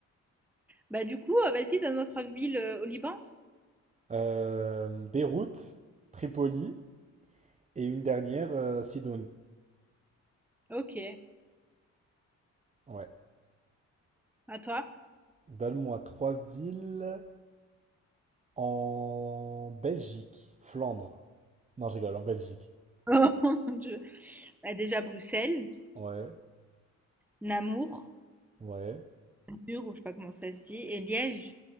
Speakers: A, in the centre; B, on the right.
A: Bah du coup, euh, vas-y, donne-moi trois villes euh, au Liban.
B: Euh, Beyrouth, Tripoli et une dernière, euh, Sidoune.
A: Ok,
B: Ouais.
A: à toi.
B: Donne-moi trois villes en Belgique, Flandre. Non, je rigole, en Belgique.
A: <laughs> Oh mon Dieu. Bah, déjà Bruxelles,
B: Ouais,
A: Namour,
B: ouais,
A: Namur, ou je sais pas comment ça se dit, et Liège.